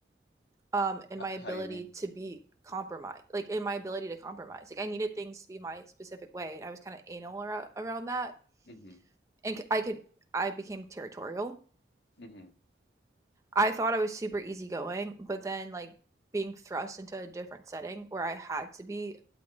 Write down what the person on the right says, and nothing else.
um in
my ability
to be compromised like in my ability to compromise like i needed things to be my specific way and i was kind of anal around, around that
and I could i became territorial
i thought i was super easygoing but then like being thrust into a different setting where i had to be